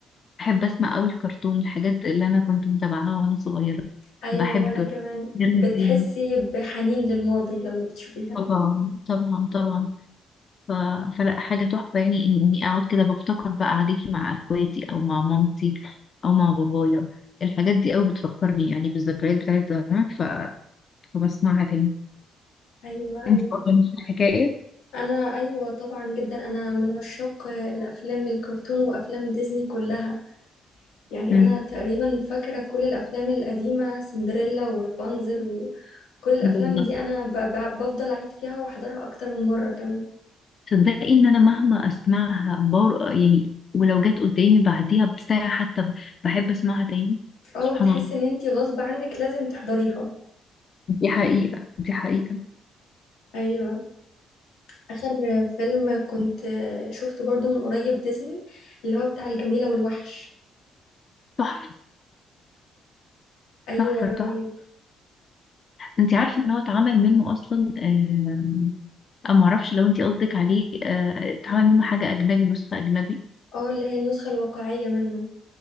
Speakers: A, on the left (about 45°); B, on the left (about 90°).
A: بحب أسمع قوي الكرتون الحاجات اللي أنا كنت متابعاها وأنا صغيرة
B: ايوه
A: بحب
B: وانا كمان
A: غيرها
B: بتحسي
A: تاني
B: بحنين للماضي لما بتشوفيها
A: طبعا طبعا طبعا ف... فلا حاجة تحفة يعني إن- إني أقعد كده بفتكر بقى قعدتي مع أخواتي أو مع مامتي أو مع بابايا الحاجات دي أوي بتفكرني يعني بالذكريات بتاعت زمان ف... فبسمعها تاني
B: ايوه
A: انت
B: ايوه
A: برضه نفس الحكاية
B: انا ايوه طبعا جدا انا من عشاق الافلام الكرتون وافلام ديزني كلها يعني
A: مم.
B: انا تقريبا فاكره كل الافلام القديمه سندريلا ورابنزل وكل الافلام
A: بالظبط
B: دي انا ب- ب- بفضل اعيد فيها واحضرها اكتر من مره كمان
A: تصدقي إن أنا مهما أسمعها بار... يعني ولو جت قدامي بعديها بساعة حتى ب- بحب أسمعها تاني
B: اه
A: سبحان
B: بتحس
A: الله
B: ان انتي غصب عنك لازم تحضريها
A: دي حقيقة دي حقيقة
B: ايوه اخر فيلم كنت شفته برضو من قريب ديزني اللي هو بتاع الجميله والوحش
A: تحفة
B: ايوه
A: تحفة
B: رهيب
A: تحفة انت عارفه ان هو اتعمل منه اصلا آم، او معرفش لو انت قصدك عليه آه، اتعمل منه حاجه اجنبي نسخه اجنبي
B: اه اللي هي النسخه الواقعيه منه